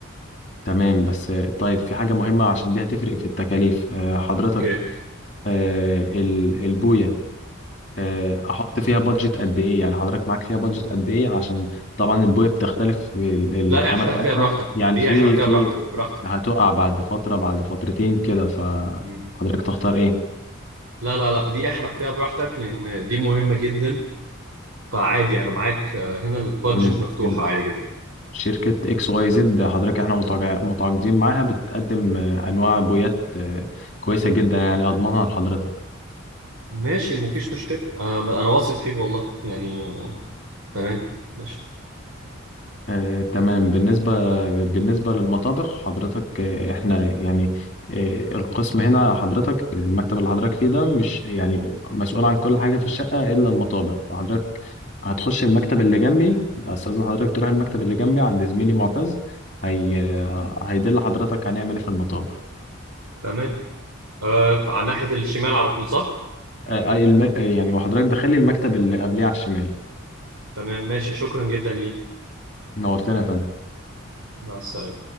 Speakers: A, on the left; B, on the right.
A: تمام بس طيب في حاجة مهمة عشان دي هتفرق في التكاليف آه، حضرتك
B: اوكي
A: آه، ال- البوية آه، أحط فيها بادجت قد إيه يعني حضرتك معاك فيها بادجت قد إيه عشان طبعا البوية بتختلف ال-
B: لا
A: الخامة
B: احرق
A: بتاعتها
B: فيها براحتك
A: يعني
B: دي
A: في
B: احرق فيها
A: في
B: براحتك براحتك
A: هتقع بعد فترة بعد فترتين كده فحضرتك
B: مم.
A: تختار إيه
B: لا لا لا دي احرق فيها براحتك لان دي مهمة جدا فعادي انا معاك آه، هنا البادجت
A: تمام.
B: مفتوحة
A: يعني
B: عادي جدا
A: شركة اكس واي زد حضرتك احنا متع- متعاقدين معاها بتقدم آه، أنواع بويات آه، كويسة جدا يعني أضمنها لحضرتك
B: ماشي مفيش مشكلة انا انا واثق فيك والله يعني آه، تمام ماشي
A: آه، تمام بالنسبة بالنسبة للمطابخ حضرتك آه، احنا يعني آه، القسم هنا حضرتك المكتب اللي حضرتك فيه ده مش يعني مسؤول عن كل حاجة في الشقة إلا المطابخ فحضرتك هتخش المكتب اللي جنبي أستاذن حضرتك تروح المكتب اللي جنبي عند زميلي معتز هي آه، هيدل حضرتك هنعمل إيه في المطابخ
B: تمام آه على ناحية الشمال على طول صح
A: آه، آه، الم- آه، يعني وحضرتك داخلي المكتب اللي قبليه على الشمال
B: تمام ماشي شكرا جدا ليك
A: نورتنا يا فندم
B: مع السلامة